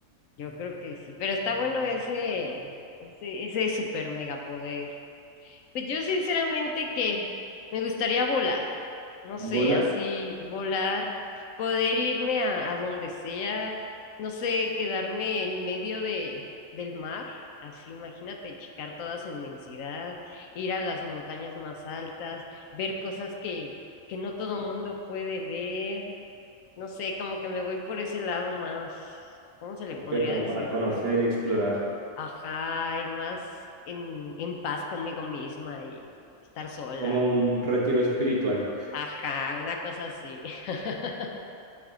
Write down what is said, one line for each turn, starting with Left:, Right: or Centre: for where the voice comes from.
Left: Yo creo que sí, pero está bueno ese, ese, ese super megapoder. Pues yo sinceramente que me gustaría volar, no sé,
Right: ¿Volar?
Left: así volar, poder irme a, a donde sea, no sé, quedarme en medio de, del mar, así imagínate, checar toda su inmensidad, ir a las montañas más altas, ver cosas que, que no todo mundo puede ver, no sé, como que me voy por ese lado más, ¿cómo se le
Right: Ok,
Left: podría
Right: como
Left: decir?
Right: para conocer y explorar.
Left: Ajá, y más en, en paz conmigo misma y estar sola.
Right: Como un retiro espiritual.
Left: Ajá, una cosa así. <laughs>